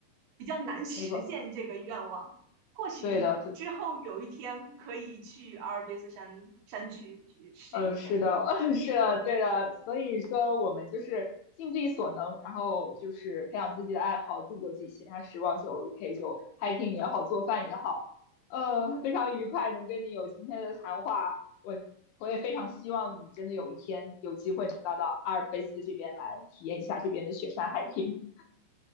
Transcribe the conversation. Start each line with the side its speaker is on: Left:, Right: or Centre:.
Right: 比较难实现这个愿望。
Left: 没错，
Right: 或许之后有一天可以去阿尔卑斯山山区去试一下雪山。
Left: 对的，<laughs> 对，呃，是的，<laughs> 是的，对的。所以说，我们就是尽自己所能，然后就是培养自己的爱好，度过自己闲暇时光就 OK，就 hiking 也好，做饭也好，呃，非常愉快能跟你有今天的谈话。我我也非常希望你真的有一天有机会能到到阿尔卑斯这边来体验一下这边的雪山 hiking。